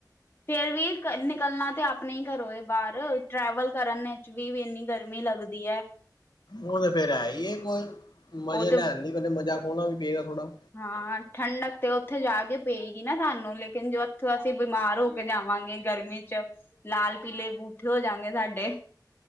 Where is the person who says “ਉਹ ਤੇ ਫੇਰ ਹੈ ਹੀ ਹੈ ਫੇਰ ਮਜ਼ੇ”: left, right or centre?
Left